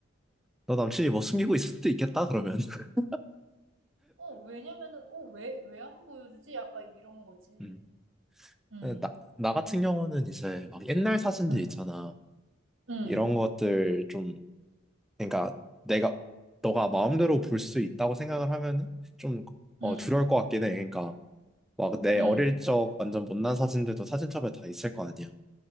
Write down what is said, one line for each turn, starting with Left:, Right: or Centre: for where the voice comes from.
Centre: 너 남친이 뭐 숨기고 있을 수도 있겠다, 그러면. <laughs>
Right: 어, 왜냐면은, 어, 왜, 왜 안 보여주지? 약간 이런 거지.
Centre: 음.
Right: 음,
Centre: 나, 나 같은 경우는 이제 막 옛날 사진들
Right: 음,
Centre: 있잖아.
Right: 음,
Centre: 이런 것들 좀, 그러니까 내가, 너가 마음대로 볼 수 있다고 생각을 하면은 좀, 어,
Right: 음,
Centre: 두려울 것 같긴 해. 그러니까 막 내
Right: 음.
Centre: 어릴 적 완전 못난 사진들도 사진첩에 다 있을 거 아니야.